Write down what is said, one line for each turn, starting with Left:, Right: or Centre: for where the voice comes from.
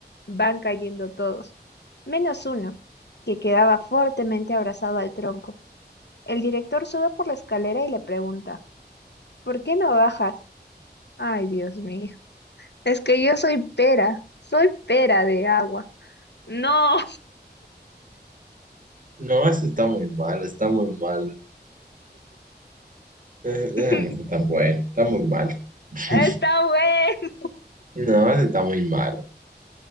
Left: van cayendo todos, menos uno, que quedaba fuertemente abrazado al tronco. El director sube por la escalera y le pregunta, ¿por qué no bajas? Ay, Dios mío, es que yo soy pera, soy pera de agua. No,
Right: No, eso está muy malo. Está muy malo. Eh, eh,
Left: <laughs>
Right: no está tan bueno. Está muy malo. <laughs>
Left: está bueno.
Right: No, eso está muy malo.